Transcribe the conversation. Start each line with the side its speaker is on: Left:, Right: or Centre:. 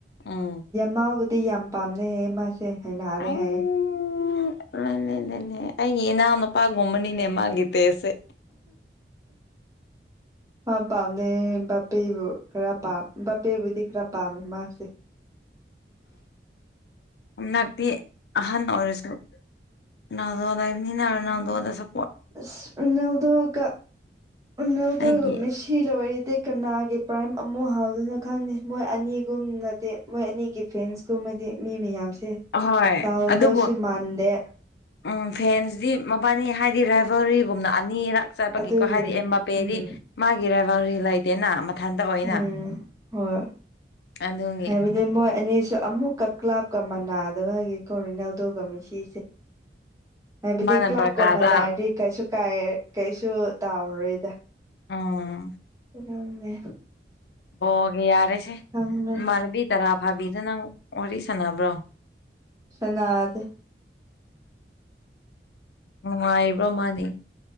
Left: ꯎꯝ
Right: ꯃꯥꯕꯨꯗꯤ ꯌꯥꯝ ꯄꯥꯝꯅꯩ ꯃꯥꯁꯦ ꯍꯥꯏꯅꯜꯂꯦ
Left: ꯑꯩ
Right: ꯍꯥꯏꯌꯦꯦ
Left: ꯂꯩ ꯂꯩ ꯂꯩꯅꯦ ꯑꯩꯒꯤ ꯏꯅꯥꯎ ꯅꯨꯄꯥ ꯒꯨꯝꯕꯅꯤ ꯅꯦ ꯃꯥ ꯒꯤꯇꯁꯦ
Right: ꯃꯥ ꯄꯥꯝꯅꯦ ꯕꯄꯦꯕꯨ ꯈꯔ ꯄꯥꯝ ꯕꯄꯦꯕꯨꯗꯤ ꯈꯔ ꯄꯥꯝꯃꯦ ꯃꯥꯁꯦ
Left: ꯎ ꯅꯛꯇꯤ ꯑꯍꯟ ꯑꯣꯏꯔꯁꯨ ꯅꯅꯥꯗꯋꯥꯗ ꯅꯅ ꯅꯅꯥꯗꯗ ꯁ
Right: ꯑꯁ ꯎꯅꯥꯜꯗ‌ꯣ ꯒ ꯎꯅꯥꯜꯗ‌ꯣ
Left: ꯑꯩꯒꯤ
Right: ꯒ ꯃ‌ꯦꯁꯤ ꯁꯤ ꯂꯣꯏꯔꯗꯤ ꯀꯅꯥꯒꯤ ꯄ꯭ꯔꯥꯏꯝ ꯑꯃꯨꯛ ꯍꯥꯎꯗꯅ ꯈꯪꯉꯦ ꯃꯣꯏ ꯑꯅꯤꯒꯨꯝꯅꯗꯤ ꯃꯣꯏ ꯑꯅꯤꯒꯤ ꯐ꯭ꯔꯦꯟꯁꯀꯨꯝꯕꯗꯤ ꯃꯤ ꯃꯌꯥꯝꯁꯦ
Left: ꯑꯍꯣꯏ
Right: ꯇꯥꯎꯗꯧꯁꯦ
Left: ꯑꯗꯨꯕꯨ
Right: ꯃꯥꯟꯗꯦ
Left: ꯎꯝ ꯐꯦꯟꯁꯤꯗꯤ ꯃꯄꯥꯟꯅꯤ ꯍꯥꯏꯗꯤ ꯗ꯭ꯔꯥꯏꯚꯔꯤꯒꯨꯝꯅ ꯑꯅꯤꯔꯛ ꯆꯠꯄꯒꯤꯀꯣ
Right: ꯑꯗꯨꯒꯤꯅꯤ
Left: ꯍꯥꯏꯗꯤ ꯑꯦꯝ ꯄꯦꯗꯤ
Right: ꯎꯝ
Left: ꯃꯥꯒꯤ ꯗ꯭ꯔꯥꯏꯚꯔꯤ ꯂꯩꯇꯦꯅ ꯃꯊꯟꯇ ꯑꯣꯏꯅ
Right: ꯎꯝ ꯍꯣꯏ
Left: ꯑꯗꯨꯒꯤ
Right: ꯑꯗꯩ ꯃꯣꯏ ꯑꯅꯤꯁꯨ ꯑꯃꯨꯛꯀ ꯀ꯭ꯂꯥꯞꯀ ꯃꯅꯗꯕꯒꯤ ꯀꯣꯔꯤꯅꯦꯜ ꯑꯗꯨꯒꯒ ꯃꯤꯁꯤ ꯍꯥꯏꯕꯗꯤ
Left: ꯃꯥꯅ
Right: ꯀ꯭ꯂꯕꯒꯃꯗꯔ
Left: ꯕꯔꯀꯥꯗ
Right: ꯀꯩꯁꯨ ꯀꯥꯏ ꯀꯩꯁꯨ ꯇꯥꯎꯔꯔꯣꯏꯗ
Left: ꯑꯥ
Right: ꯀꯦ
Left: ꯕꯒꯦ ꯌꯥꯔꯦꯁꯦ
Right: ꯈꯪꯗꯦ
Left: ꯏꯃꯅꯕꯤ ꯇꯔꯥ ꯐꯥꯕꯤꯗ ꯅꯪ ꯋꯥꯔꯤ ꯁꯥꯟꯅꯕ꯭ꯔꯣ
Right: ꯁꯅꯥꯗ
Left: ꯅꯨꯡꯉꯥꯏꯕ꯭ꯔꯣ ꯃꯥꯗꯤ